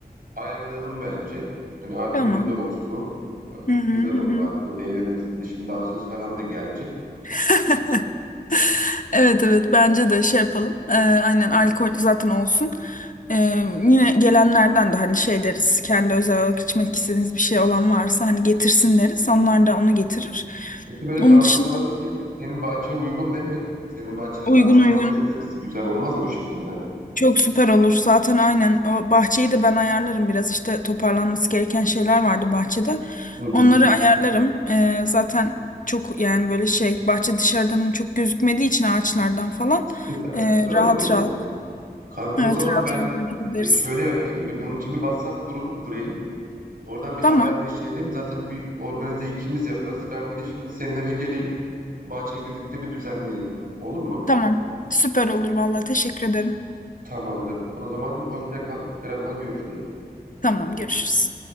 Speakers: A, on the right; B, on the left.
A: ayarlayalım bence. Hani alkollü
B: Tamam.
A: de olsun. E,
B: Hı hı.
A: güzel
B: Hı
A: olur
B: hı.
A: alkolle eğleniriz. Bir de şimdi dansöz falan da gelecek.
B: <laughs> Evet evet bence de şey yapalım. Ee, aynen alkol zaten olsun. Ee, yine gelenlerden de hani şey deriz. Kendi özel olarak içmek istediğiniz bir şey olan varsa hani getirsin deriz. Onlar da onu getirir.
A: Peki böyle
B: Onun
A: dans
B: dışında
A: falan için senin bahçeye uygun değil mi? Senin bahçede
B: uygun
A: dans
B: uygun
A: falan da ederiz. Güzel olmaz mı o şekilde?
B: çok süper olur. Zaten aynen o bahçeyi de ben ayarlarım biraz. İşte toparlanması gereken şeyler vardı bahçede.
A: Hı hı.
B: Onları ayarlarım. Ee, zaten çok yani böyle şey bahçe dışarıdan hani çok gözükmediği için ağaçlardan falan
A: Süper,
B: e,
A: süper
B: rahat
A: olur o zaman.
B: rahat
A: Kanka o
B: Evet
A: zaman
B: rahat
A: ben
B: rahat hareket ederiz.
A: e, şöyle yapayım. Bir, bunun için bir WhatsApp grubu kurayım. Oradan bir haberleşelim.
B: Tamam.
A: Zaten bir organize ikimiz yaparız. Ben bir de şimdi senin eve geleyim. Bahçeyi birlikte bir düzenleyelim. Olur mu?
B: Tamam. Süper olur vallahi teşekkür ederim.
A: Tamamdır. O zaman hoşça kal. Birazdan görüşürüz.
B: Tamam görüşürüz.